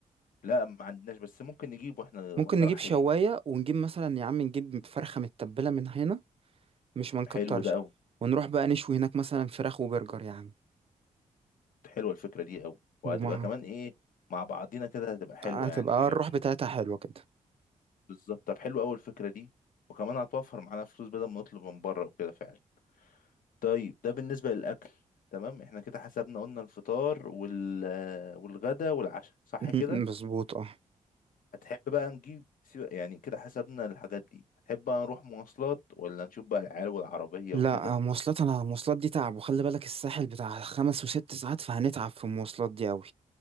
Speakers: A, on the left (about 80°); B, on the right (about 45°).
A: لا ما عندناش بس ممكن نجيب واحنا
B: ممكن
A: واحنا
B: نجيب
A: رايحين
B: شواية ونجيب مثلا يا عم نجيب فرخة متبلة من هنا مش ما نكترش
A: حلو ده قوي
B: ونروح بقى نشوي هناك مثلا فراخ وبرجر يا عم
A: حلوة الفكرة دي قوي وهتبقى
B: ومع
A: كمان ايه مع بعضينا كده هتبقى حلوة
B: هتبقى
A: يعني
B: الروح بتاعتها حلوة كده
A: بالظبط طب حلو قوي الفكرة دي وكمان هتوفر معانا فلوس بدل ما نطلب من بره وكده فعلا طيب ده بالنسبة للأكل تمام احنا كده حسبنا قلنا الفطار وال والغدا والعشاء صح
B: <laughs>
A: كده
B: مظبوط اه
A: هتحب بقى نجيب سيب- يعني كده حسبنا الحاجات دي هتحب بقى نروح مواصلات ولا نشوف بقى العيال والعربية
B: لا
A: وكده
B: مواصلات انا المواصلات دي تعب وخلي بالك الساحل بتاع خمس وست ساعات فهنتعب في المواصلات دي قوي